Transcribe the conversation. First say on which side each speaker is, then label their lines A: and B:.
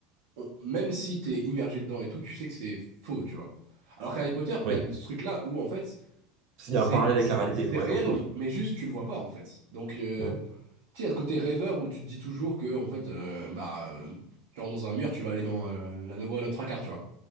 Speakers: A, on the right (about 80°); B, on the right (about 50°).
A: on- même si t'es immergé dedans et tout, tu sais que c'est faux, tu vois. Alors qu'Harry Potter, il
B: oui.
A: y a le- ce truc-là où, en fait,
B: Il
A: c'est
B: y a un parallèle
A: c'est-
B: avec la réalité,
A: c'est
B: ouais,
A: réel,
B: of course.
A: mais juste, tu le vois pas, en fait. Donc, euh,
B: Hmm.
A: tu sais, il y a ce côté rêveur où tu te dis toujours que, en fait, euh, bah, euh, tu rentres dans un mur, tu vas aller dans euh, la voie à notre trois quarts tu vois.